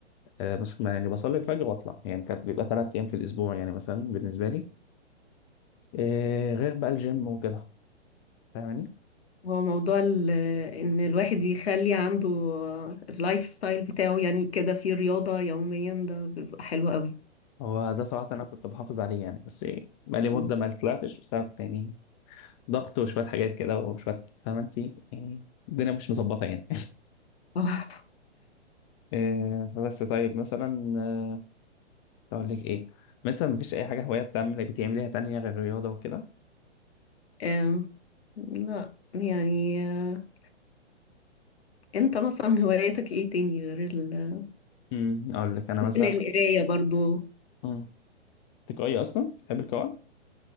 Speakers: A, on the left; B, on the left.
A: آه بس ما- يعني بصلي الفجر واطلع يعني كانت بيبقى ثلاث ايام في الاسبوع يعني مثلا بالنسبة لي آه غير بقى الجيم وكده فاهماني
B: هو موضوع ال- ان الواحد يخلي عنده اللايف ستايل بتاعه يعني كده فيه رياضه يوميا ده بيبقى حلو قوي
A: هو ده صراحة انا كنت بحافظ عليه يعني بس إيه، بقالي
B: مم.
A: مدة ما طلعتش بسبب يعني ضغط وشوية حاجات كده وشوية فاهمة انت يعني الدنيا مش مظبطة يعني
B: <laughs> آه.
A: <laughs> آه، فبس طيب مثلا آه، اقول لك ايه مثلا مفيش اي حاجة هواية بتعمل بتعمليها تانية غير الرياضة وكده
B: أم، لا يعني آه، انت مثلا هواياتك ايه تاني غير ال...
A: امم اقول لك انا
B: ممكن
A: مثلا
B: القرايه برضو
A: امم تقعي اصلا بتحب القراءة